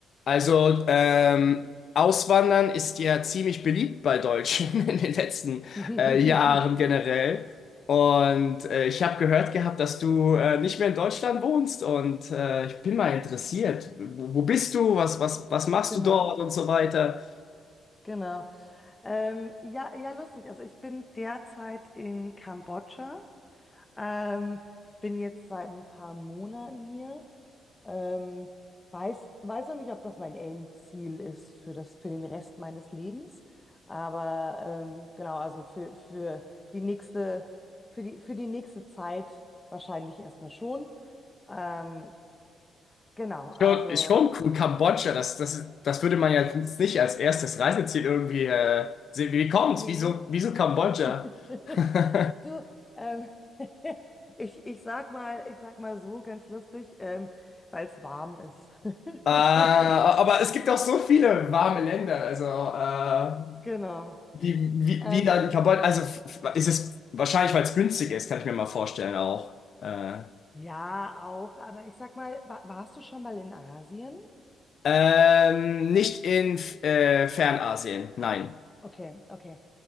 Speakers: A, on the left; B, on the left.
A: Also, ähm, Auswandern ist ja ziemlich beliebt bei Deutschen <laughs> in den letzten
B: <laughs>
A: äh, Jahren generell. Und äh, ich habe gehört gehabt, dass du äh, nicht mehr in Deutschland wohnst. Und äh, ich bin mal interessiert. Wo, wo bist du? Was, was, was machst
B: Genau,
A: du dort und so weiter?
B: genau. Ähm, ja, ja, lustig. Also ich bin derzeit in Kambodscha. Ähm, bin jetzt seit ein paar Monaten hier. Ähm, weiß, weiß noch nicht, ob das mein Endziel ist für das, für den Rest meines Lebens. Aber ähm, genau, also für, für die nächste, für die, für die nächste Zeit wahrscheinlich erstmal schon. Ähm, genau, also
A: Schon, ist schon cool. Kambodscha, das, das, das würde man ja jetzt nicht als erstes Reiseziel irgendwie äh, sehen. Wie kommt's?
B: nee.
A: Wieso, wieso Kambodscha?
B: <laughs>
A: <laughs>
B: Du, ähm, <laughs> ich, ich sag mal, ich sag mal so ganz lustig, ähm, weil es warm ist. <laughs>
A: Äh, aber es gibt auch so viele warme Länder, also äh,
B: Genau.
A: wie, wie,
B: Ähm,
A: wie da die Cambodja, also f- ist es wahrscheinlich, weil es günstig ist, kann ich mir mal vorstellen auch. Äh,
B: ja, auch, aber ich sag mal, wa warst du schon mal in Asien?
A: ähm, nicht in äh, Fernasien, nein.
B: Okay, okay.